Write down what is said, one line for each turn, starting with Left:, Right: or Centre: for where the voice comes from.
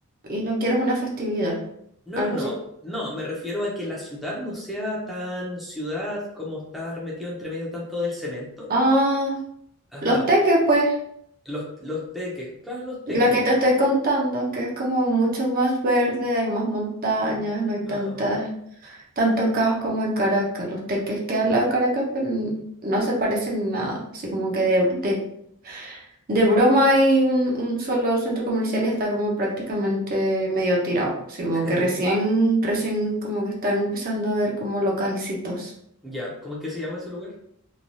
Right: y no quieres una festividad?
Centre: No,
Right: ¿Algo
Centre: no, no.
Right: así?
Centre: No, me refiero a que la ciudad no sea tan ciudad como estar metido entre medio tanto del cemento.
Right: Ah,
Centre: Ajá.
Right: los teques, pues,
Centre: Los, los teques. Claro, los teques.
Right: lo que
Centre: po.
Right: te estoy contando, que es como mucho más verde, hay más montañas, no hay tantas,
Centre: Ah,
Right: tanto caos como en Caracas. Los teques que al lado de Caracas, pero n- no se parecen en nada. Así como que de, de, de broma hay un, un solo centro comercial y está como prácticamente medio tirado. Así como
Centre: <laughs>
Right: que recién, recién como que están empezando a ver como localcitos.
Centre: ya. ¿Cómo es que se llama ese lugar?